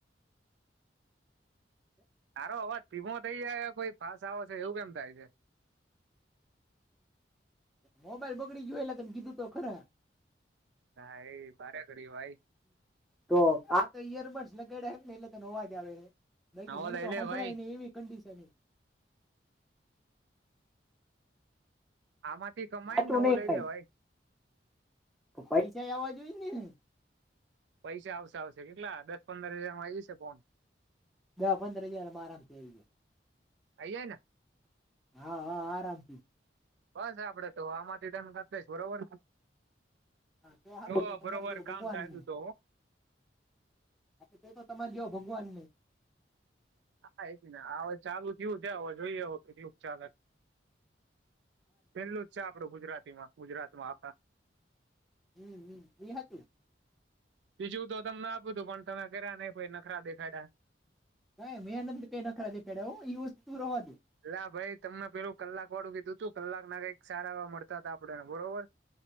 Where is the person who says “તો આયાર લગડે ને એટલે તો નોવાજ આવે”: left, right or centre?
Centre